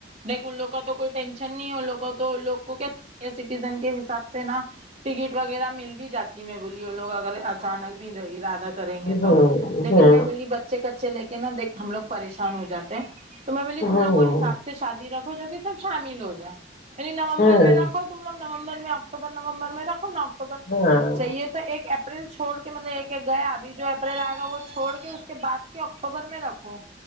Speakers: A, on the right; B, on the left.
A: دیک ان لوگ کا تو کوئی ٹینشن نہیں ہے ان لووں کا تو لوگ کو کیا سینئر سٹیزن کے حساب سے نا ٹکٹ وغیرہ مل بھی جاتی میں بولی لوگ اگر اچانک بھی نہیں رادہ کریں
B: ہے
A: گے
B: ہاں
A: تو لیکن میں بولی بچ اچھے کچے لے کے نا دیکھ ہم لوگ پریشان ہو جاتے ہیں تو میں بولی
B: ہاں
A: تم
B: ہاں
A: لوگ وہ حساب سے شادی رکھ جو کہ سب شامل ہو جائے یعنی نومبر
B: ہاں
A: میں رکھو تم لوگ نومبر میں اکتوبر نومبر میں رکھو نا اکٹوبر
B: ہاں
A: ج چاہیے تو تو ایک اپریل چھوڑ کے مطلب ایک ایک گیا ابھی جو اپریل آ گا وہ چھوڑ کے اس کے بعد کہ اکتوبر میں رکھوں